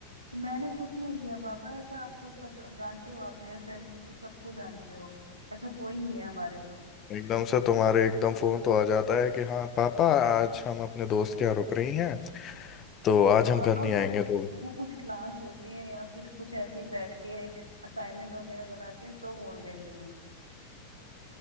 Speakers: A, on the right; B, on the left.
A: मैंने कुछ नहीं किया पापा ऐसा आपको सब जानते हो आप मेरे फ्रेंड्स सबको जानते हो ऐसा कोई नहीं है हमारे ग्रुप
B: एकदम से तुम्हारे एकदम फोन तो आ जाता है कि हाँ पापा आज हम अपने दोस्त के यहाँ रुक रही हैं तो आज हम
A: पापा
B: घर नहीं
A: वो
B: आएंगे तो
A: वो कुछ क्लास होती है या फिर कुछ ऐसे ही बैठ के असाइनमेंट वगैरह बनाती है तो बोल देती हूँ